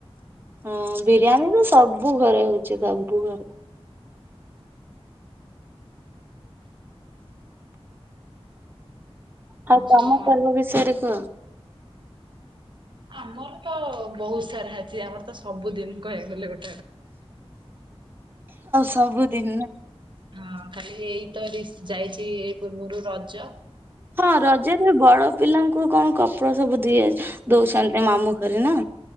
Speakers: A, on the right; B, on the right.
A: ହଁ ବିରିୟାନୀ ତ ସବୁ ଘରେ ହଉଛି ସବୁ ଘରେ। ଆଉ ତମ
B: ସବୁ କଣ
A: ପର୍ବ ବିଷୟରେ କୁହ?
B: ଆମର ତ ଅ ବହୁତ ସାରା ଅଛି ଆମର ତ ସବୁଦିନ କହିବାକୁ ଗଲେ ଗୋ
A: ସବୁଦିନ
B: ହଁ ଖାଲି ଏଇ ତ ଡିସ ଯାଇଛି ଏଇ ପୂର୍ବରୁ ରଜ
A: ହଁ ରଜରେ ବଡ ପିଲାଙ୍କୁ କଣ କପଡା ସବୁ ଦିଏ ଦଉଛନ୍ତି ମାମୁଁ ଘରେ ନା?